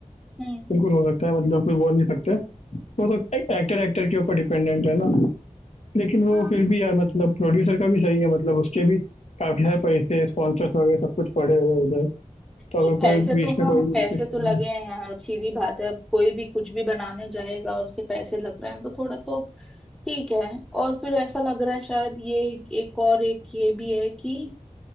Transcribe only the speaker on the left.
बिल्कुल हो सकता है मतलब कोई बोल नहीं सकता वो तो एक्टर एक्टर के ऊपर डिपेंडेंट है ना लेकिन वो
फिर भी यार मतलब प्रोड्यूसर का भी सही है मतलब उसके भी काफी सारे पैसे स्पॉन्सर्स वगैरह सब कुछ पड़े हुए हैं उधर
तो अगर
कोई बीच
में
कोई भी
उठ के चला
जाए